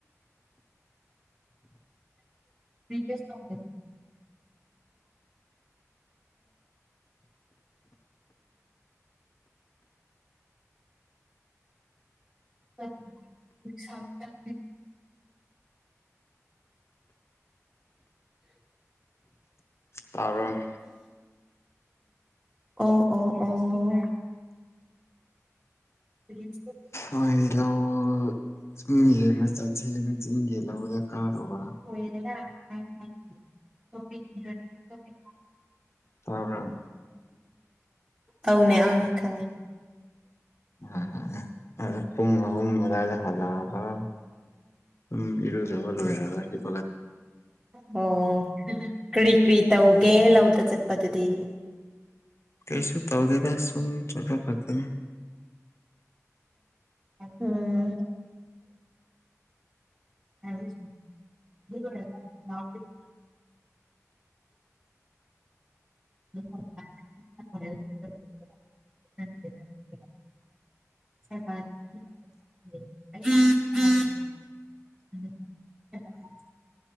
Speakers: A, on the right; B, on the left.
A: <unintelligible> <unintelligible>
B: ꯇꯥꯕꯔ꯫
A: ꯑꯣ ꯑꯣ ꯑꯣ꯫ <unintelligible>
B: ꯍꯣꯏ ꯂꯧ ꯆꯤꯡꯒꯦꯅ ꯆꯠꯁꯦꯅ ꯆꯤꯡꯒꯦ ꯂꯧꯗ ꯀꯥꯔꯨꯕ꯫
A: <unintelligible>
B: ꯇꯥꯕꯔ꯫
A: ꯑꯧꯅꯦ ꯑꯧꯅꯦ ꯈꯪꯉꯦ꯫
B: ꯑꯪ ꯑꯪ ꯄꯨꯡ ꯑꯍꯨꯝ ꯑꯗꯥꯢꯗ ꯍꯂꯛ ꯑ ꯁꯨꯝ ꯏꯔꯖꯕ ꯂꯣꯏꯔꯒ ꯍꯤꯞ
A: ꯑꯣ ꯀꯔꯤ ꯀꯔꯤ ꯇꯧꯒꯦ ꯂꯧꯗ ꯆꯠꯄꯗꯨꯗꯤ
B: ꯀꯩꯁꯨ ꯇꯧꯗꯗ ꯁꯨꯝ ꯆꯠꯄ ꯈꯛꯇꯅꯤ꯫
A: ꯎꯝ꯫ <unintelligible> <unintelligible> <unintelligible> <unintelligible>